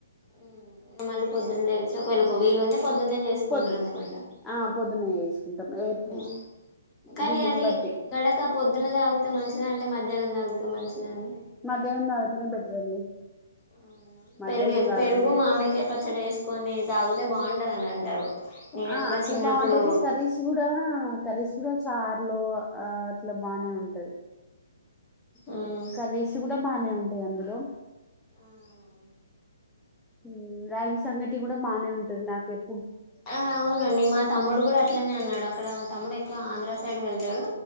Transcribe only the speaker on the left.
హ్మ్ మళ్ళీ పొద్దున్ లేచి ఒకవేళ పొ వీలు ఉంటే పొద్దున్నే చేసుకుంటారు
అనుకుంటా
ఉమ్, కానీ
అది
గడక పొద్దున్నే తాగుతే మంచిది అంటే మధ్యాహ్నం తాగితే మంచిదని
అవునా
పెరుగే
పెరుగు
మామిడికాయ పచ్చడి వేసుకొని తాగితే బాగుంటది అని అంటారు. నేను
ఎప్పుడో
చిన్నప్పుడు
మ్మ్
ఆవ్
ఆ అవునండి. మా తమ్ముడు కూడా అట్లనే అన్నాడు. అక్కడ మా తమ్ముడు ఎక్కువ ఆంధ్ర సైడ్ వెళ్ త్తాడు